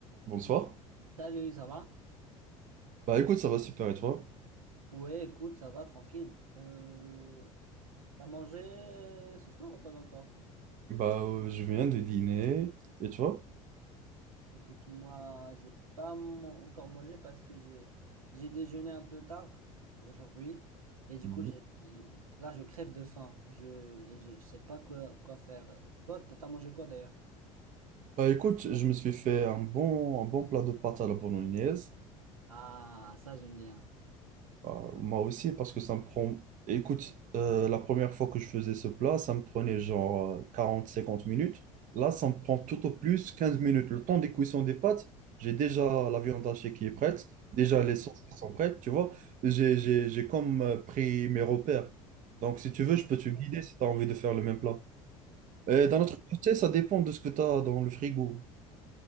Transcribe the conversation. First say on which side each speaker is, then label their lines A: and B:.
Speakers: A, on the right (about 50°); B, on the right (about 90°).
A: Bonsoir.
B: Salut, ça va?
A: Bah écoute, ça va super et toi?
B: Ouais, écoute, ça va, tranquille. Euh, t'as mangé euh, ce soir ou pas encore?
A: Bah euh, je viens de dîner et toi?
B: Écoute, moi, j'ai pas mon- encore mangé parce que j'ai j'ai déjeuné un peu tard aujourd'hui. Et du
A: Mhm.
B: coup, j'ai- j'ai- là, je crève de faim. Je, et j'ai- je sais pas quoi, quoi faire. Toi, t'as t'as mangé quoi d'ailleurs?
A: Bah écoute, je me suis fait un bon, un bon plat de pâtes à la bolognaise.
B: Ah, ça, j'aime bien.
A: Bah, moi aussi parce que ça me prend... Écoute, euh, la première fois que je faisais ce plat, ça me prenait genre euh, quarante cinquante minutes. Là, ça me prend tout au plus 15 minutes. Le temps des cuissons des pâtes, j'ai déjà la viande hachée qui est prête, déjà les sauces qui sont prêtes, tu vois. J'ai, j'ai, j'ai comme euh, pris mes repères. Donc si tu veux, je peux te guider si tu as envie de faire le même plat.
B: Mhm.
A: Euh, d'un autre côté, ça dépend de ce que tu as dans le frigo.